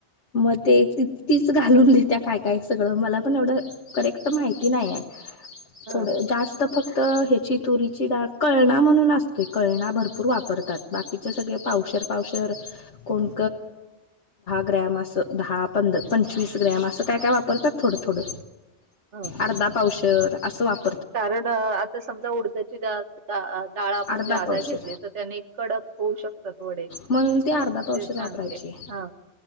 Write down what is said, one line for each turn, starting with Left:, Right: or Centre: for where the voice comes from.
Left: मग ते त तीच घालून देत्या काय काय सगळं मला पण एवढं करेक्ट माहिती नाहीय
Right: ह
Left: थोडं जास्त फक्त तर हे चितुरीची डाळ कळणा म्हणून असतोय कळणा भरपूर वापरतात बाकीचे सगळे पावसाळ व कोण ग्रॅम असं दहा पंध पंचवीस ग्रॅम असं काय काय वापरतात थोडं थोडं
Right: ह
Left: अर्धा
Right: ह
Left: पावशर असं वापर
Right: कारण आता समजा उडद्याची डाळ आपण
Left: अर्धा
Right: जे आध
Left: पावशर
Right: घेतली तर त्याने कडक होऊ शकतात वडे
Left: म्हणून ती अर्धा पावशर
Right: ते सांगे
Left: वापरायची
Right: हा